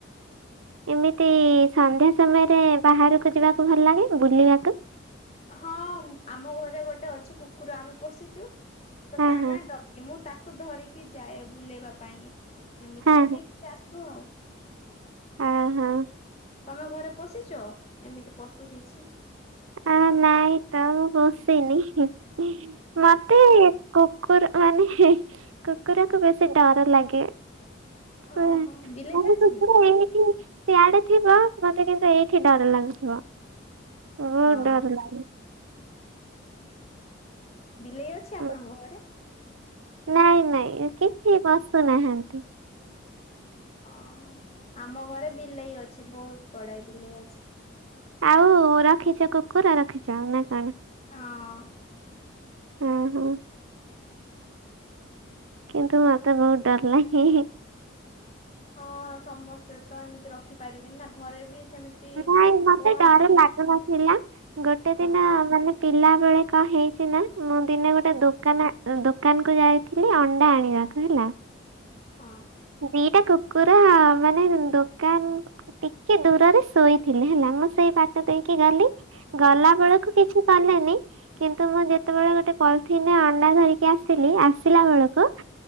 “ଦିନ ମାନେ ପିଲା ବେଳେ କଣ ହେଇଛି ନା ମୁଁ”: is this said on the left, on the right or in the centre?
Right